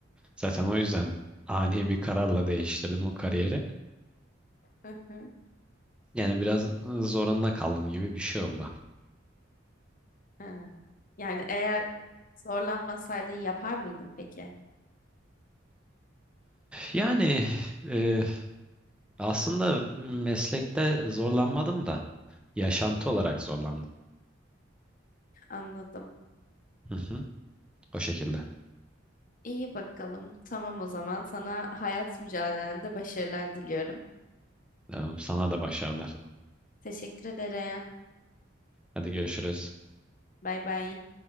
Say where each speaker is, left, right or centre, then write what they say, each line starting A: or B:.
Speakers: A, in the centre; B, on the left.
A: Zaten o yüzden ani bir kararla değiştirdim o kariyeri.
B: Hı hı.
A: Yani biraz zorunda kaldım gibi bir şey oldu.
B: Ha. Yani eğer zorlanmasaydın yapar mıydın peki?
A: Yani e, aslında meslekte zorlanmadım da yaşantı olarak zorlandım.
B: Anladım.
A: Hı hı, o şekilde.
B: İyi bakalım. Tamam o zaman sana hayat mücadelende başarılar diliyorum.
A: E, Sana da başarılar.
B: Teşekkür ederim.
A: Hadi görüşürüz.
B: Bay bay.